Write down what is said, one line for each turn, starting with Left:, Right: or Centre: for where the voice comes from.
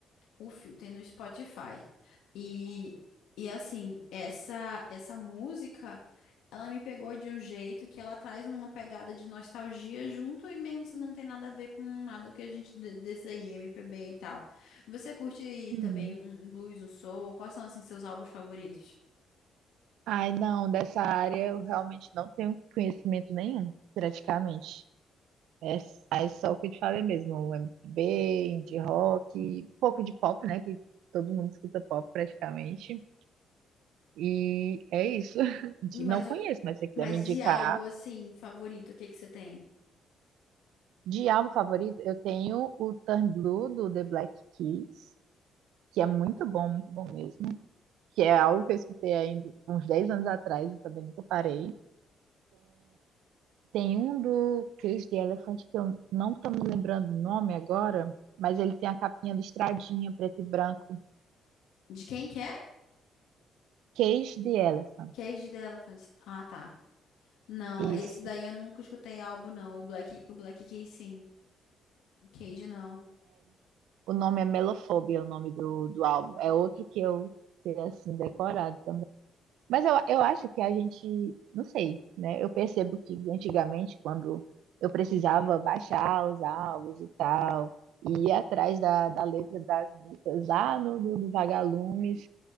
Left: o filme tem no Spotify. E, e assim, essa essa música, ela me pegou de um jeito que ela traz uma pegada de nostalgia junto e mesmo se não tem nada a ver com nada que a gente de- desse aí, MPB e tal. Você curte
Right: Uhum.
Left: também um um blues, um soul? Quais são assim seus álbuns favoritos?
Right: Ai, não, dessa área eu realmente não tenho conhecimento nenhum, praticamente. É, é só o que eu te falei mesmo, MPB, indie rock, pouco de pop, né, que todo mundo escuta pop praticamente. E é isso. <laughs> De-
Left: E Mas,
Right: Não conheço,
Left: o-
Right: mas se você quiser
Left: mas
Right: me indicar.
Left: de álbum, assim, favorito, o que que você tem?
Right: De álbum favorito, eu tenho o Turn Blue do The Black Keys, que é muito bom, muito bom mesmo. Que é algo que eu escutei ainda uns 10 anos atrás e também nunca parei. Tem um do Cage the Elephant que eu não tô me lembrando o nome agora, mas ele tem a capinha listradinha, preto e branco.
Left: De quem que é?
Right: Cage the Elephant.
Left: Cage The Elephant. Ah, tá. Não,
Right: Isso.
Left: esse daí eu nunca escutei álbum, não. O Black, o Black Keys, sim. O Cage, não.
Right: O nome é Melofobia, é o nome do, do álbum. É outro que eu sei assim decorado. Mas eu, eu acho que a gente, não sei, né? Eu percebo que antigamente, quando eu precisava baixar os álbuns e tal, e ir atrás da, da letra das músicas lá no, no, no Vagalumes,